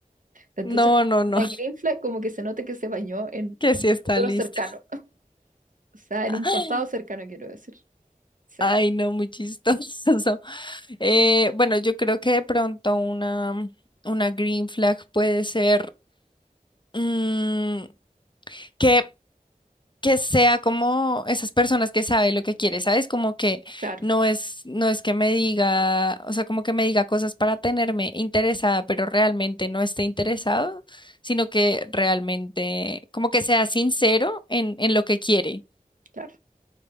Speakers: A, on the right (about 65°); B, on the left (about 35°).
A: Entonces,
B: No, no, no,
A: una green flag como que se note que se bañó en,
B: que
A: en
B: sí
A: un
B: está
A: futuro
B: listo.
A: cercano, o sea, en
B: <laughs>
A: un pasado cercano, quiero decir. Sí,
B: Ay, no, muy chistoso. Eh, bueno, yo creo que de pronto una, una green flag puede ser mm, que que sea como esas personas que sabe lo que quiere, ¿sabes? Como que
A: claro,
B: no es, no es que me diga, o sea, como que me diga cosas para tenerme interesada, pero realmente no esté interesado, sino que realmente, como que sea sincero en, en lo que quiere.
A: claro,